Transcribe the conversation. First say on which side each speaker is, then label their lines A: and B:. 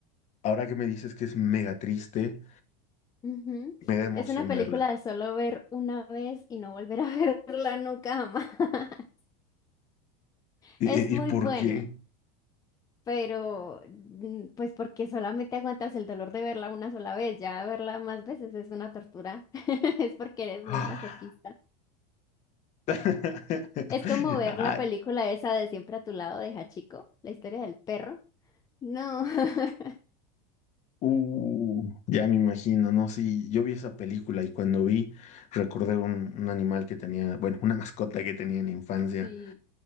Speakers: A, on the left; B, on the left.
A: Ahora que me dices que es mega triste,
B: Ujú.
A: me da emoción
B: Es una película
A: verla.
B: de solo ver una vez y no volver a <laughs> verla nunca jamás. <laughs>
A: ¿Y,
B: Es
A: y-
B: muy
A: y por
B: buena,
A: qué?
B: pero mm, pues porque solamente aguantas el dolor de verla una sola vez, ya verla más veces es una tortura. <laughs> Es porque eres
A: Ah.
B: muy masoquista.
A: <laughs>
B: Es como ver
A: Ay,
B: la película esa de Siempre a tu lado de Hachiko, la historia del perro. No. <laughs>
A: uh, ya me imagino, ¿no? Sí, yo vi esa película y cuando vi, recordé un, un animal que tenía, bueno, una mascota que tenía en la infancia.
B: Sí.